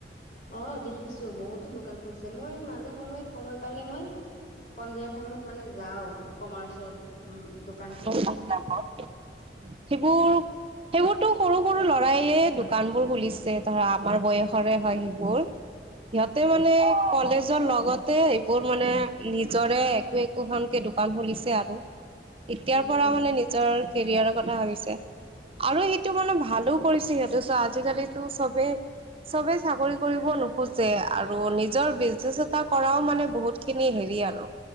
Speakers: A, on the left; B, on the right.
A: অ দেখিছো বহুতো দোকান খুলিছে মই মাজে সময়ে সময় পালে মই সন্ধিয়া টাইমত মানে যাওঁ কমাৰ্চত উ
B: <inaudible> সেইবোৰ সেইবোৰতো সৰু সৰু ল'ৰায়ে দোকান বোৰ খুলিছে ধৰা আমাৰ বয়সৰে হয় সেইবোৰ
A: <unintelligible>
B: সিহঁতে মানে কলেজৰ লগতে এইবোৰ মানে নিজৰে একো একোখনকে দোকান খুলিছে আৰু এতিয়াৰ
A: উম
B: পৰা মানে নিজৰ কেৰিয়াৰৰ কথা ভাবিছে আৰু সেইটো মানে ভালো কৰিছে সিহঁতে চোৱা আজিকালিটো চবেই চবে চাকৰি কৰিব নোখোজে আৰু নিজৰ বিজনেচ এটা কৰাও মানে বহুত খিনি হেৰি আৰু